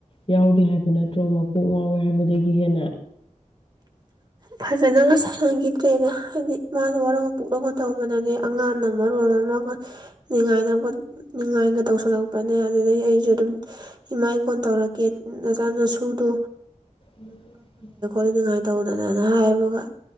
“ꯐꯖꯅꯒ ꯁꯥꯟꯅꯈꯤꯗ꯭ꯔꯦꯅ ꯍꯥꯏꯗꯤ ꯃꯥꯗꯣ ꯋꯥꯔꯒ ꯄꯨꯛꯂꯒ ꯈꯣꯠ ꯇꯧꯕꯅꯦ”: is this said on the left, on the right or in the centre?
Right